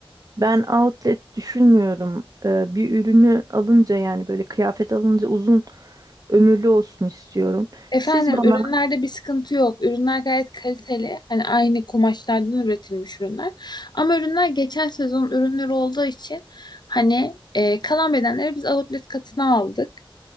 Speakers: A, on the right; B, on the left.
A: ben outlet düşünmüyorum. Ee, bir ürünü alınca yani böyle kıyafet alınca uzun ömürlü olsun istiyorum.
B: Efendim
A: Siz bana
B: ürünlerde bir sıkıntı yok. Ürünler gayet kaliteli. Hani aynı kumaşlardan üretilmiş ürünler. Ama ürünler geçen sezon ürünleri olduğu için hani e, kalan bedenleri biz outlet katına aldık.